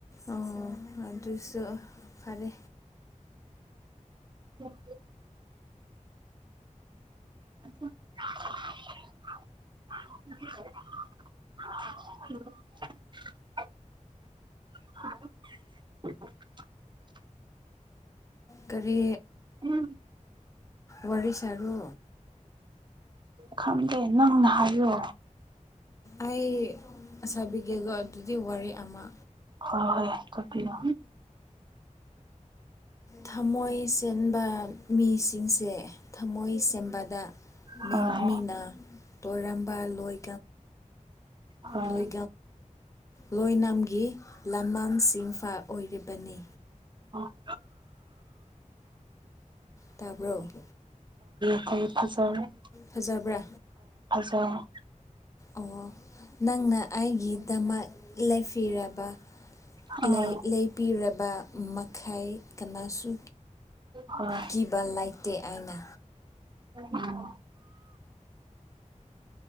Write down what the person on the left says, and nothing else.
ꯑꯣ ꯑꯗꯨꯁꯨ ꯐꯔꯦ
ꯀꯔꯤ
ꯋꯥꯔꯤ ꯁꯥꯔ
ꯑꯩ ꯁꯥꯕꯤꯒꯦꯒ ꯑꯗꯨꯗꯤ ꯋꯥꯔꯤ ꯑꯃ
ꯊꯃꯣꯏ ꯁꯦꯟꯕ ꯃꯤꯁꯤꯡꯁꯦ ꯊꯃꯣꯏ ꯁꯦꯡꯕꯗ
ꯃꯤꯅ ꯇꯣꯏꯔꯝꯕ ꯂꯣꯏ
ꯂꯣꯏ ꯂꯣꯏꯅꯝꯒꯤ ꯂꯃꯝꯁꯤꯡꯥ ꯑꯣꯏꯔꯤꯕꯅꯤ
ꯇꯥꯔꯕꯣ
ꯐꯖꯕ꯭ꯔꯥ
ꯑꯣ ꯅꯪꯅ ꯑꯩꯒꯤꯗꯃꯛ ꯂꯦꯄꯤꯔꯕ
ꯂꯩ ꯂꯩꯄꯤꯔꯕ ꯃꯈꯥꯏ ꯀꯅꯥꯁꯨ
ꯀꯕ ꯂꯥꯛꯇ ꯑꯅꯥ